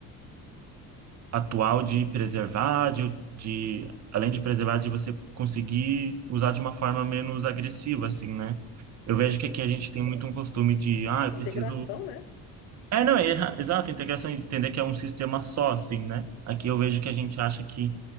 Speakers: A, on the right; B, on the left.
A: atual de preservar, de, de além de preservar, de você conseguir usar de uma forma menos agressiva, assim, né? Eu vejo
B: Sim.
A: que aqui a gente tem muito um costume de, ah, eu
B: Integração,
A: preciso.
B: né?
A: É, não, é, erra- exato, integração, entender que é um sistema só, assim, né? Aqui eu vejo que a gente acha que